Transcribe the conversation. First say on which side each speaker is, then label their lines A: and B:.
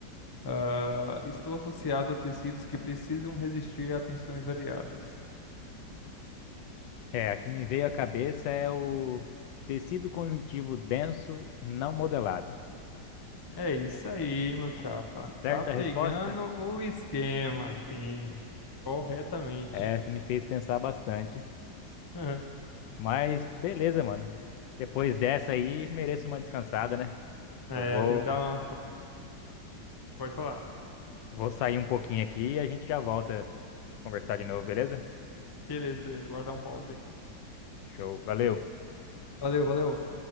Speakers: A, on the left; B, on the left.
A: ah, estou associado a tecidos que precisam resistir a tensões variadas.
B: É, a que me veio à cabeça é o tecido conjuntivo denso não modelado.
A: É isso aí, meu chapa.
B: Certa
A: Tá pegando
B: resposta?
A: o esquema, fim. Corretamente.
B: Essa me fez pensar bastante.
A: <laughs> Aham.
B: Mas beleza, mano. Depois dessa aí, mereço uma descansada, né?
A: É,
B: Eu vou,
A: tem que dar uma. Pode falar.
B: vou sair um pouquinho aqui e a gente já volta a conversar de novo, beleza?
A: Beleza, beleza. Bora dar um pause aí.
B: Show, valeu.
A: Valeu, valeu.